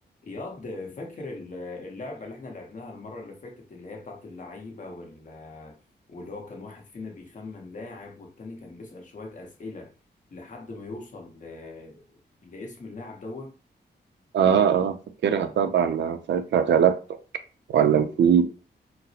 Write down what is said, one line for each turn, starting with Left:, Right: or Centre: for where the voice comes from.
Left: اياد فاكر ال- اللعبة اللي احنا لعبناها المرة اللي فاتت اللي هي بتاعت اللعيبة وال واللي هو كان واحد فينا بيخمن لاعب والتاني كان بيسأل شوية أسئلة لحد ما يوصل ل... لاسم اللاعب دوت
Right: اه اه فاكرها طبعا ساعتها غلبتك ولا في